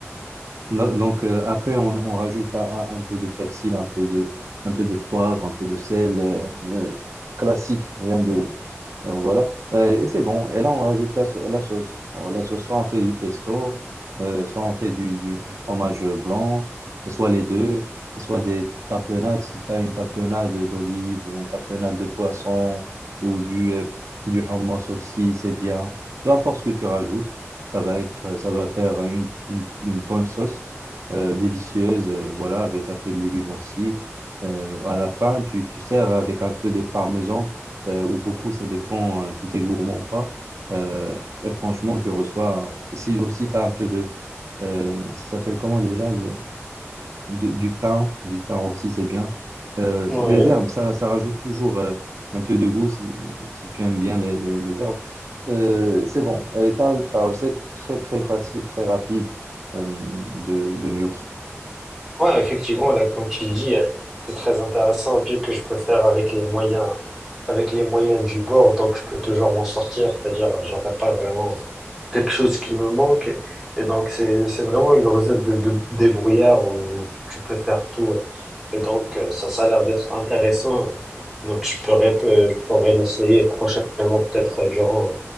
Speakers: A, on the right; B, in the centre.
A: Donc, donc, euh, après, on, on rajoute un, un- un peu de persil, un peu de, un peu de poivre, un peu de sel, euh, euh, classique, rien de Alors voilà. Euh, et c'est bon. Et là, on rajoute la, sau- la sauce. On- La sauce, soit on fait du pesto, euh, soit on fait du, du, du fromage blanc, soit les deux, soit des tapenades, si tu as une tapenade d'olive ou une tapenade de poisson ou du, euh, du hummus aussi, c'est bien. Peu importe ce que tu rajoutes, ça va être, ça va faire une, une, une bonne sauce euh, délicieuse, euh, voilà, avec un peu de légumes aussi. Euh, à la fin, tu, tu sers avec un peu de parmesan euh, ou beaucoup, ça dépend euh, si tu es gourmand ou pas. Euh, et franchement, tu reçois, si aussi tu as un peu de, euh, ça s'appelle comment déjà, de- de- du thym, du thym aussi, c'est bien. Euh,
B: Oui.
A: les herbes, ça, ça rajoute toujours euh, un peu de goût si, si tu aimes bien les, les- les herbes. Euh, c'est bon. Et t'as ta recette très très facile, très rapide euh, de, de gnocchi.
B: Ouais, effectivement, là, comme tu le dis, euh, c'est très intéressant vu que je peux faire avec les moyens, avec les moyens du bord, donc je peux toujours m'en sortir, c'est-à-dire euh, j'aurais pas vraiment quelque chose qui me manque. Et donc c'est c'est vraiment une recette de, de débrouillard où tu peux faire tout. ouais. Et donc euh, ça, ça a l'air d'être intéressant. Donc je pourrais pe- je pourrais l'essayer prochainement peut-être euh, durant euh,